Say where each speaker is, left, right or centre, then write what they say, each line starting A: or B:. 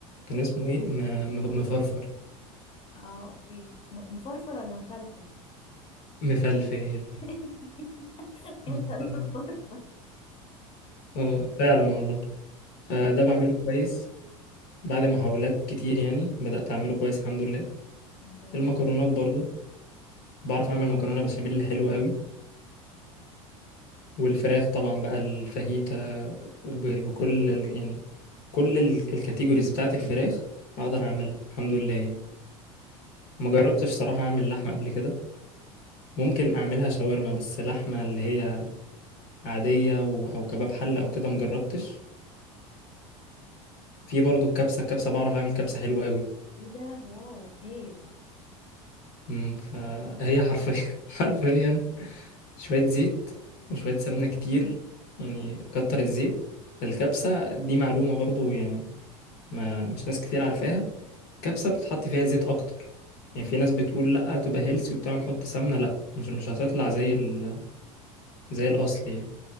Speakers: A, on the left (about 60°); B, on the left (about 30°).
A: كان اسمه ايه م- م- مفرفر
B: اه اوكي م- مفرفر ولا مفلفل
A: مفلفل
B: <laughs> انت
A: اه
B: اللي
A: ف-
B: بفرفر
A: آه، فعلا والله فده بعمله كويس بعد محاولات كتير يعني بدأت أعمله كويس الحمد لله
B: الحمد لله
A: المكرونات برضو بعرف أعمل مكرونة بشاميل حلوة قوي والفراخ طبعا بقى الفاهيتا وب- بكل ال- يعني كل ال- الكاتيجوريز بتاعت الفراخ أقدر أعملها الحمد لله يعني ما جربتش صراحة أعمل لحمة قبل كده ممكن أعملها شاورما بس لحمة اللي هي عادية و- أو كباب حلة أو كده مجربتش في برضو الكبسة الكبسة بعرف أعمل كبسة حلوة قوي
B: ايه ده واو هايل
A: أمم، فهي حرفيا <laughs> حرفيا شوية زيت وشوية سمنة كتير يعني كتر الزيت الكبسة دي معلومة برضو يعني ما مش ناس كتير عارفاها الكبسة بتتحط فيها زيت أكتر يعني في ناس بتقول لأ تبقى هيلسي وبتاع نحط سمنة لأ مش مش هتطلع زي ال... زي الأصل يعني